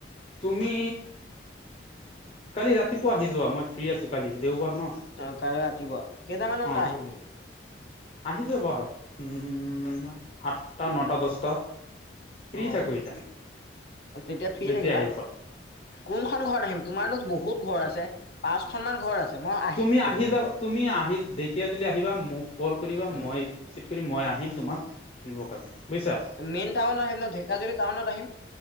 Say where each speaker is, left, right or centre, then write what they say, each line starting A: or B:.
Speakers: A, on the left; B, on the left.
A: তুমি কালি ৰাতিপুৱা আহি যোৱা মই ফ্ৰী আছো কালি দেওবাৰ ন।
B: অ কাইলে ৰাতিপুৱা কেইটামানত
A: অ
B: আহিম নো।
A: আহি যাব উম আঠটা নটা দহটা। ফ্ৰী
B: অ
A: থাকো এটামান
B: অ তেতিয়া, ফ্ৰী
A: যেতিয়া
B: থাকিবা
A: আহিব পা,
B: কোনখন ঘৰ আহিম তোমাৰ লগত বহুত ঘৰ আছে পাঁচখনমান ঘৰ আছে মই আহিম
A: তুমি
B: ক'ত
A: আহি যাবা
B: মানে।
A: তুমি আহি ঢেকীয়া যদি আহিবা মোক কল কৰিবা
B: অ
A: মই ৰিচিভ কৰি মই আহিম তোমাক। নিব কাৰণে
B: অ
A: বুজিছা
B: মেইন টাউনত আহিম ন ঢেকাজুলি টাউনত আহিম